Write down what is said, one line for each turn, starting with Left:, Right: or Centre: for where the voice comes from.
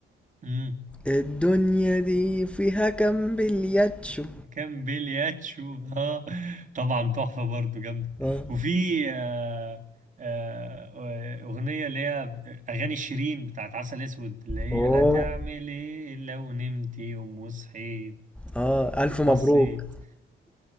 Right: مم،
Centre: الدنيا دي فيها كام بلياتشو
Right: كان بلياتشو <laughs> ها طبعا تحفة برضو جامدة
Centre: اه
Right: وفي آه، آه، أغنية اللي هي أغاني شيرين بتاعت عسل أسود اللي هي
Centre: اوه
Right: هتعمل إيه لو نمت يوم وصحيت
Centre: اه الف مبروك
Right: بصيت